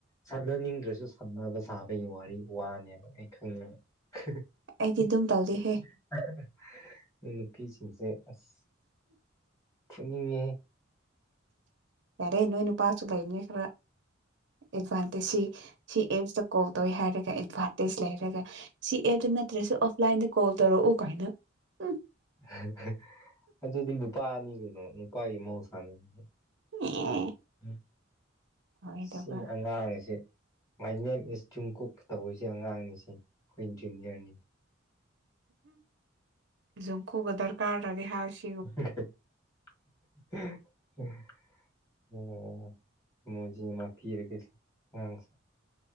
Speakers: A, on the left; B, on the right.
A: ꯁꯥꯟꯅꯅꯤꯡꯗ꯭ꯔꯁꯨ ꯁꯥꯟꯅꯕ ꯁꯥꯕꯒꯤ ꯋꯥꯔꯤ ꯋꯥꯅꯦꯕ ꯑꯩ ꯈꯪꯉꯦꯕ <unintelligible>
B: ꯑꯩꯗꯤ ꯑꯗꯨꯝ ꯇꯧꯗꯦꯍꯦ
A: ꯅꯣꯏ ꯅꯨꯄꯤꯁꯤꯡꯁꯦ ꯑꯁ ꯐꯨꯅꯤꯡꯉꯦꯍꯦ
B: ꯌꯥꯔꯦ ꯅꯣꯏ ꯅꯨꯄꯥꯁꯨ ꯂꯩꯕꯅꯤ ꯈꯔ ꯑꯦꯗꯚꯥꯟꯇꯦꯖ ꯁꯤ ꯁꯤ ꯑꯦꯞꯁꯇ ꯀꯣꯜ ꯇꯧꯋꯤ ꯍꯥꯏꯔꯒ ꯑꯦꯗꯚꯥꯟꯇꯦꯖ ꯂꯩꯔꯒ ꯁꯤ ꯑꯦꯞꯇ ꯅꯠꯇ꯭ꯔꯁꯨ ꯑꯣꯐꯂꯥꯏꯟꯗ ꯀꯣꯜ ꯇꯧꯔꯛꯑꯣ ꯑꯣ ꯀꯥꯏꯅ ꯎꯝ
A: <unintelligible> ꯑꯗꯨꯗꯤ ꯅꯨꯄꯥꯅꯤ ꯀꯩꯅꯣ ꯅꯨꯄꯥꯒꯤ ꯃꯍꯧꯁꯥꯅꯦ ꯎꯨꯝ
B: ꯑꯦ ꯑꯣꯏꯗꯕ
A: ꯁꯤ ꯑꯉꯥꯡꯁꯤ ꯃꯥꯏꯅꯦꯝ ꯏꯁ ꯇ꯭ꯔꯤꯝ ꯀꯨꯛ ꯇꯧꯔꯤꯁꯦ ꯑꯉꯥꯡꯅꯤꯁꯤ ꯑꯩꯈꯣꯏ ꯏꯟꯖꯨꯅꯤꯌꯔꯅꯤ
B: ꯖꯨꯡꯀꯨꯒ ꯗꯔꯀꯥ ꯇꯥꯗꯦꯍꯥꯏꯁꯤ
A: <unintelligible> ꯑꯣ ꯃꯣꯖꯤ ꯃꯥ ꯄꯤꯔꯒꯦ ꯁꯦ ꯑꯉꯥꯡꯁ